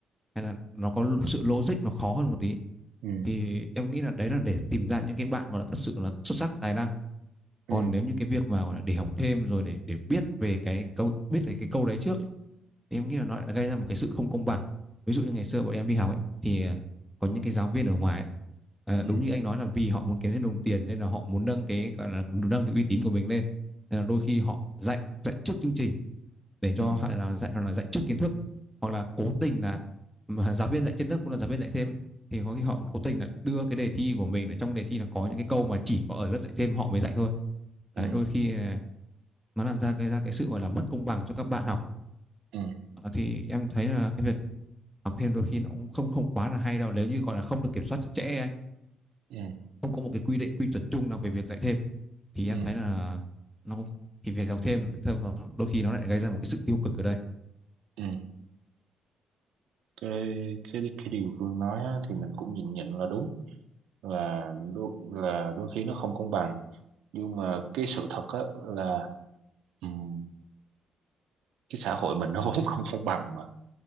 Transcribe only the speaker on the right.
ừ
ừ
ừ
ừ
ừ
ừ ừ
ừ
ừ
ừ
ừ. cái cái cái điều Phương nói á, thì mình cũng nhìn nhận là đúng là đôi, là đôi khi nó không công bằng nhưng mà cái sự thật á là ừm, cái xã hội mình nó <laughs> vốn không công bằng mà